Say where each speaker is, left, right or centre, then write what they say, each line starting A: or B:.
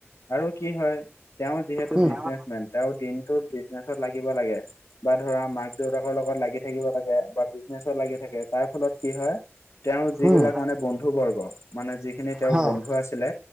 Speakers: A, on the left; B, on the right.
A: আৰু কি হয় তেওঁ যিহেতু
B: উম।
A: বিজনেচমেন
B: হয়।
A: তেওঁৰ দিনটো বিজনেচত লাগিব লাগে। বা ধৰা মাক দেউতাকৰ লগত লাগি থাকিব লাগে বা বিজনেচত লাগি থাকে তাৰ ফলত কি হয়। তেওঁৰ যিবিলাক
B: উম,
A: মানে বন্ধু বৰ্গ মানে যিখিনি তেওঁৰ
B: হয়,
A: বন্ধু আছিলে।